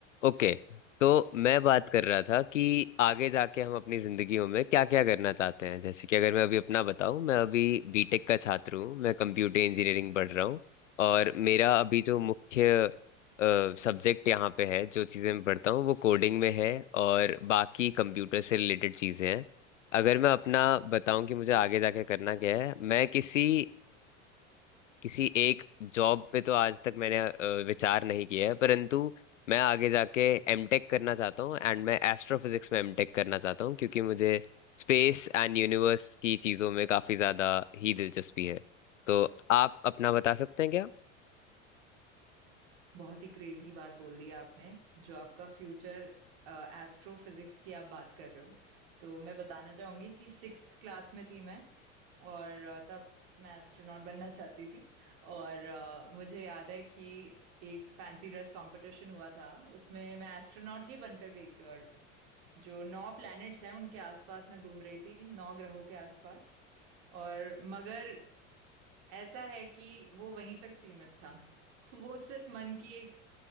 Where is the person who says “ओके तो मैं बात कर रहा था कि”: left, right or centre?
Left